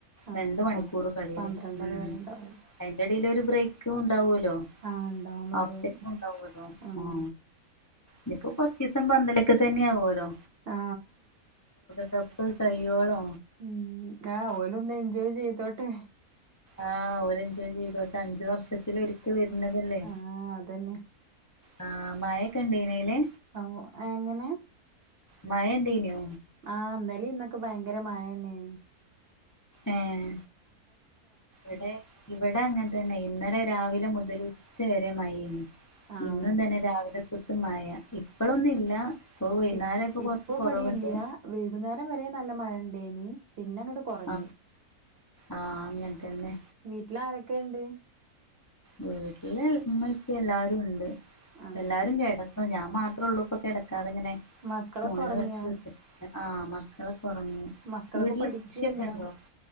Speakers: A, on the right (about 55°); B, on the left (about 25°).
A: ആഹ്
B: രണ്ട് മണിക്കൂറ്
A: പ
B: കളിലേ
A: പന്ത്രണ്ടര
B: ഉം
A: വരെണ്ടാവും
B: അയ്ന്റെടേല് ഒര് ബ്രേക്കുണ് ണ്ടാവൊലോ
A: ആഹ് ഇണ്ടാവും മതിയാവും
B: ഹഫ് ടൈമു ണ്ടാവൊലോ
A: ആഹ്
B: ആ ഇതിപ്പോ കൊർച്ചിസം പന്തളിക്കെ തന്നെ ആവോലോ
A: ആ
B: പ്പ് കയ്യോളോ
A: ഉം ആ ഓല് ഒന്ന് എൻജോയ് ചെയ്തോട്ടെ
B: ആഹ് ഓല് എൻജോയ് ചെയ്തോട്ടെ അഞ്ച് വർഷത്തില് ഒരിക്ക വെര് ണതല്ലേ
A: ആഹ് അതന്നെ
B: ആ മയൊക്കെ ണ്ടനീലെ
A: ഓ എങ്ങനെ
B: മയ ഇണ്ടേന്യോ
A: ആഹ് ന്നലേ ഇന്നൊക്കെ ഭയങ്കര മഴ ന്നെ
B: ഏഹ് വ്ടെ ഇവിട അങ്ങൻതന്നെ ഇന്നലെ രാവിലെ മുതൽ ഉച്ച വരെ മയെയ്നി
A: ആഹ്
B: ഇന്നും തന്നെ രാവിലെ മ്പൊത്തും മഴ ഇപ്പൊളൊന്നു ഇല്ല ഇപ്പൊ വൈകുന്നേരം
A: ഇ ഇപ്പൊ
B: കൊറച്ച് കുറവുണ്ട്
A: മഴയില്ല വൈകുന്നേരം വരെ നല്ല മഴണ്ടേനി പിന്നങ്ങോട്ട് കുറഞ്ഞ
B: ആ ആഹ് അങ്ങനെ തന്നെ
A: വീട്ടിലാരൊക്കെ ഇണ്ട്
B: വീട്ടില് ഇമ്മിം ഇപ്പിം എല്ലാരുണ്ട് ഇപ്പം
A: ആഹ്
B: എല്ലാരും കേട ഞൻ മാത്രേ ഒള്ളു ഇപ്പൊ കിടക്കാതെങ്ങനെ
A: മക്കളൊക്കെ
B: ഫോണില്
A: ഒറങ്ങിയോ
B: കളിച്ചു വിട്ടട്ട ആ മക്കളൊക്കെ ഉറങ്ങി
A: മക്കളൊക്കെ
B: വീട്ടില്
A: പഠിക്കിണ്ടോ
B: കൃഷിയൊക്കെ ഉണ്ടോ